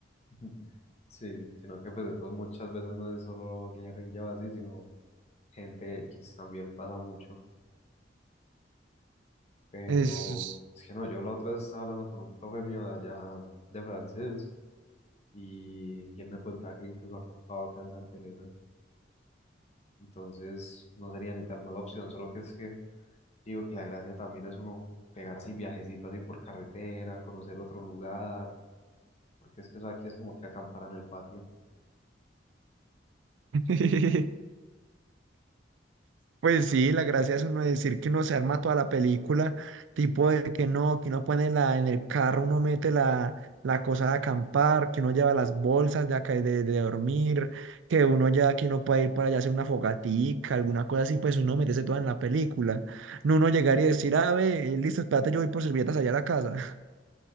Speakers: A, on the left (about 35°); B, on the right (about 80°).
A: <laughs> Sí, sino que pues de todos muchas veces no es solo guerrilla o así, sino gente X también pasa mucho. Pero
B: Es...
A: es que no, yo la otra vez estaba hablando con un profe mío de allá de francés y, y él me contaba que él incluso acampaba acá en Santa Elena. Entonces no sería ni tan mala opción, solo que es que digo que la gracia también es uno pegarse el viajecito así por carretera, conocer otro lugar, porque es que eso aquí es como que acampar en el patio.
B: <laughs> Pues sí, la gracia es uno decir que uno se arma toda la película, tipo de que no, que uno pone la, en el carro, uno mete la, la cosa de acampar, que uno lleva las bolsas de, acá- de, de dormir, que uno ya, que uno puede ir para allá a hacer una fogatica, alguna cosa así, pues uno meterse toda en la película. No uno llegar y decir, ah, ve, eh, listo, espérate, yo voy por servilletas allá a la casa. <laughs>